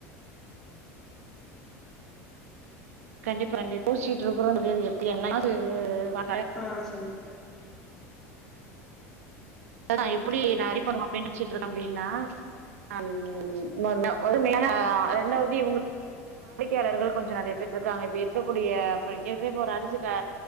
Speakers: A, on the right; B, in the centre.
A: கண்டிப்பா கண்டிப்பா ப்ளூ ஷீட் ப்ரோக்ராமுக்கு எது எப்ப என்னதா செய்யறது பா,
B: ஆஹ் சொல்லுங்கா
A: இப்ப நா எப்படி நா ரெடி பண்ணுவேன் அப்படின்னு நெனச்சிட்டு இருந்தேன் தம்பின்ன அது உ <unintelligible> ஆ ரெண்டாவது
B: சரி
A: இவங்களுக்கு <inaudible> வாடிக்கையாளர்கள் கொஞ்சம் நெறைய பேர் இருக்காங்க இப்ப இருக்கக்கூடிய இப்ப <unintelligible> அரிசி கா